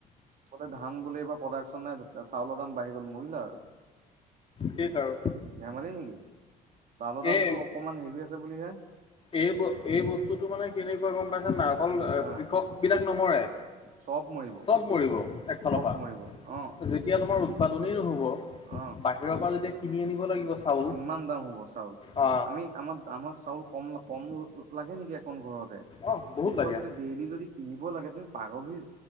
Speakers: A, on the right; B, on the left.
A: বোলে ধান বোলে এইবাৰ প্ৰডাকশ্যন নাই, চাউলৰ দাম বাঢ়ি গ'ল, মৰিলা আৰু।
B: শেষ আৰু।
A: ধেমালি নেকি, চাউলৰ দামটো
B: এই
A: অকমান হেভি আছে বুলিহে।
B: এই ব-এই বস্তুটো মানে কেনেকুৱা গম পাইছা নাই, অকল
A: আহ
B: কৃষক বিলাক নমৰে,
A: চব মৰিব
B: চব মৰিব। একফালৰ
A: চব
B: পৰা,
A: মৰিব অ
B: যেতিয়া তোমাৰ উৎপাদনেই নহ'ব
A: অ'।
B: বাহিৰৰ পৰা যেতিয়া কিনি আনিব লাগিব চাউল
A: কিমান দাম হ'ব চাউল
B: অ
A: আমি আমাৰ আমাক চাউল কম কম লাগে নেকি। এখন ঘৰতে
B: অ বহুত
A: সেইসোপা
B: লাগে
A: যদি ডেইলি যদি কিনিব লাগে তুমি পাগল হৈ